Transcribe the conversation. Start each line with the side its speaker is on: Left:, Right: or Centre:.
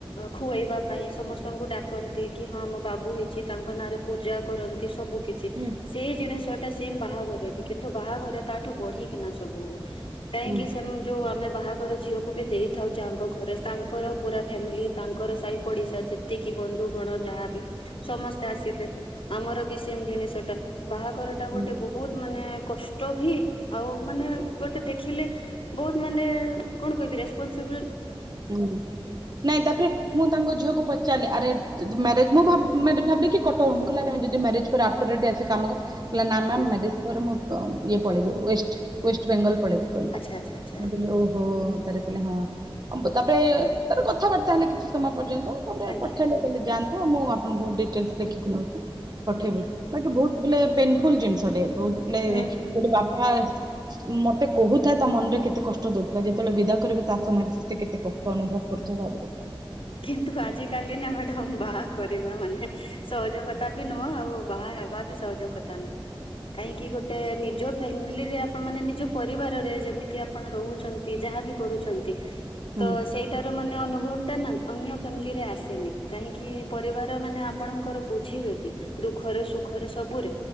Left: ଖୁଆଇବା ପାଇଁ ସମସ୍ ସ୍ତଙ୍କୁ ଡାକନ୍ତି କି ହଁ ମୋ ବାବୁ ହେଇଛି ତାଙ୍କ ନାଁରେ ପୂଜା। କରନ୍ତି। ସବୁ କିଛି
Right: ହୁଁ
Left: ସେଇ ଜିନିଷ। ସେମ୍ ବାହାଘରେ ବି କିନ୍ତୁ ବାହାଘରେ ତାଠୁ ବଢିକିନା ସବୁ ହୁଏ। କାହିଁକି
Right: ହୁଁ
Left: ସେ ତମେ ବାହାଘର ଝିଅକୁ ବି ଦେଇଥାଉ ଯାହାଙ୍କ ଘରେ ତାଙ୍କର ପୁରା ଫ୍ୟାମିଲି ତାଙ୍କର ସାହି ପଡିଶା ଯେତିକି ବନ୍ଧୁଗଣ ଯାହାବି ସମସ୍ତେ ଆସିବେ ଆମର ବି ସେମ ଜିନିଷଟା। ବାହାଘରଟା
Right: ହୁଁ
Left: ଗୋଟେ ବହୁତ ମାନେ। କଷ୍ଟ ବି ଆଉ ମାନେ ଗୋଟେ ଦେଖିଲେ। ବହୁତ ମାନେ କଣ କହିବି ରେସପନସିବିଲ୍
Right: ହୁଁ ନାଇଁ ତାପରେ ମୁଁ ତାଙ୍କ ଝିଅକୁ ପଚ ଚାଲ୍ ଆରେ ଯଦି ମ୍ୟାରେଜ ମୁଁ ଭାବ ମ୍ୟାରେଜ ଭାବିକି କଟ ହ ଯଦି ମ୍ୟାରେଜ ପରେ ଆଫଟର ଆ କାମ କହିଲା ନା ମ୍ୟାମ୍
Left: ଆଜ୍ଞା
Right: ମ୍ୟାରେଜ ପରେ ମୁଁ ଇଏ ପଳେଇବ ୱେଷ୍ଟ ୱେଷ୍ଟବେଙ୍ଗଲ ପଳେଇବ କଇଲା
Left: ଆଚ୍ଛା ଆଚ୍ଛା ଆଚ୍ଛା।
Right: <unintelligible> ତରଖିଲା ହଁ। <unintelligible> ତାପରେ ତାର କଥାବାର୍ତ୍ତା ହେଲେ କିଛି ସମୟ ପର୍ଯ୍ୟନ୍ତ ତାପରେ
Left: ଆଜ୍ଞା
Right: ପଠେଇଲେ କହିଲେ ଯାଆନ୍ତୁ <unintelligible> ମୁଁ ଆପଣଙ୍କୁ ଡିଟେଲସ୍ ଦେଖିକି ନଉଚି ପଠେଇବି
Left: ଆଜ୍ଞା।
Right: ବାକି ବହୁତ ବିଲଲେ ପେନଫୁଲ ଜିନିଷଟେ ବହୁ ବ
Left: ହୁଁ ହୁଁ।
Right: ଗୋଟେ ବାପା ମତେ କହୁଥାଏ ତା ମନରେ କେତେ କଷ୍ଟ ଦଉଥିଲା ଯେତେବେଳେ ବିଦା କରିବେ ତା ସମୟରେ ମତେ କେତେ କଷ୍ଟ ଅନୁଭବ କରୁଥଥିବା ଭାବରେ
Left: କିନ୍ତୁ ଆଜ କାଲି ନା ମ୍ୟାଡାମ ବାହା କରିବା ମାନେ ସହଜ କଥା ବି ନୁହଁ ଆଉ ବାହା ହେବା ବି ସହଜ କଥା ନୁହଁ କାହିଁକି ଗୋଟେ ନିଜ ଫ୍ୟାମିଲିରେ ଆପଣ ମାନେ ନିଜ ପରିବାରରେ ଯେମିତି ଆପଣ ରହୁଛନ୍ତି ଯାହାବ କରୁଛନ୍ତି।
Right: ହୁଁ
Left: ତ ସେଇଟାରୁ ମାନେ ଅନୁଭବ ତା ନା ଅନ୍ୟ ଫ୍ୟାମିଲିରେ ଆସେନି କାହିଁକି ପରିବାର ମାନେ ଆପଣଙ୍କର ବୁଝିବେ ବି ଦୁଃଖରେ ସୁଖରେ ସବୁରେ